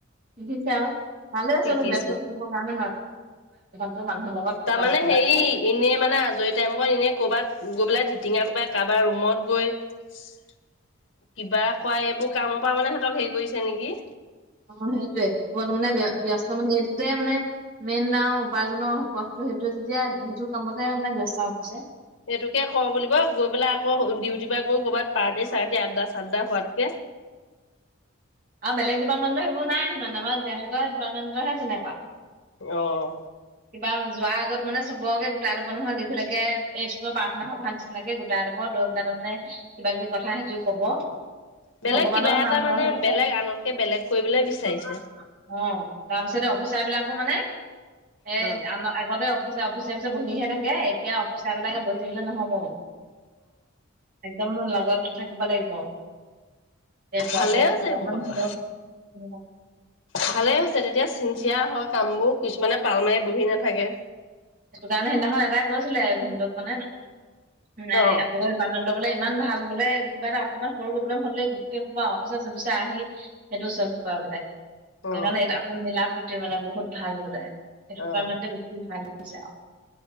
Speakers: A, on the right; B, on the left.
A: শিকিছে আৰু ভালেই হৈছে
B: শিকিছে
A: বুলো ব্যস্ত থাকিবৰ কাৰণে <unintelligible> <unintelligible> লগত কথা
B: তাৰমানে
A: পাতি থকাতকে
B: হেৰি এনেই মানে আজৰি টাইমত এনে কৰ'বাত গৈ পেলাই <unintelligible> <unintelligible> কোবাই কাৰোবাৰ ৰুমত গৈ। কিবা এইবোৰ কামৰ পৰা মানে সিহঁতক হেৰি কৰিছে নেকি?
A: অ', সেইটোয়ে, এইবোৰত মানে ব্য-ব্যস্ত মানে এই <unintelligible> মানে মেইন আৰু উপাৰ্জনৰ পথটো সেইটোৱে যেতিয়া সেইটো কামতে মানে ব্যস্ত ৰাখিছে।
B: সেইটোকে ক' বুলিব, গৈ পেলাই আকৌ ডিউটিৰ পৰা গৈ কৰ'বাত পাৰ্টি, চাৰ্টি আড্ডা, চাড্ডা হোৱাতকে
A: আৰু বেলেগ ডিপাৰ্টমেণ্টৰ সেইবোৰ নাই, সিমান আমাৰ এহেতঁৰ ডিপাৰ্টমেণ্টহে তেনেকুৱা।
B: আহ
A: কিবা যোৱাৰ আগত মানে চবকে গোটাই ল'ব নহয় দঘিলাকে এই স্কুলৰ প্ৰাৰ্থনা সভা নিচিনাকে গোটাই ল'ব লৈ ত তাৰ মানে কিবা কিবি কথা সেইটোও কব
B: বেলেগ
A: ভগৱানৰ
B: কিবা এটা
A: নাম
B: মানে
A: লয় সেইকেইটা
B: বেলেগ
A: অ'
B: আনতকে বেলেগ কৰিবলৈ বিচাৰিছে।
A: তাৰপিছতে অফিচাৰ বিলাকো মানে এ
B: অ
A: আম আগতে অিচ অফিচ অফিচ বহিহে থাকে এতিয়া অফিচাৰলাকে বহি থাকিলে নহ'ব মানে একদম ল লগ থাকিব লাগিব। এই প্ৰব্লেম,
B: ভালে হৈছে
A: <unintelligible>
B: সেইবোৰ কথা
A: ন হ উ
B: ভালে হৈছে তেতিয়া চিনচিয়াৰ হয় কামবোৰ কিছুমানে পাল মাৰি বহি নাথাকে।
A: সেইটো কাৰণে সেইদিনাখন এটাই গৈছিলে ভিনন্দুক মানে। মানে
B: অ
A: আপো খন বোলে ইমান ভাল বোলে কিবা এটা অকণমান সৰু প্ৰব্লেম হলে গোটেই সবা অফিচাৰ চফিচাৰ আহি সেইটো চল্ভ কৰা বোলে। সেইকাৰণে
B: অ
A: আ মিলা প্ৰীতি টো মানে বহুত ভাল বোলে। সেইটো
B: অ
A: কাৰনে বেছি ভাল। হৈছে আও।